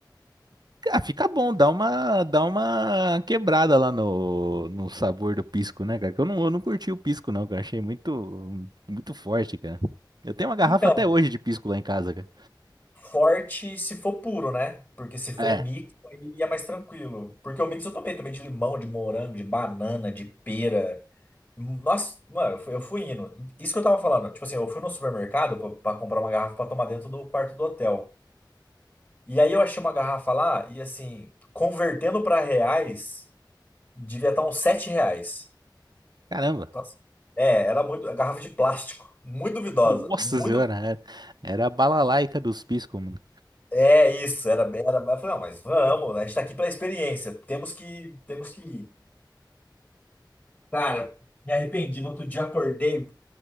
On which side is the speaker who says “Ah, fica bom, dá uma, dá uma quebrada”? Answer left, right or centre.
Right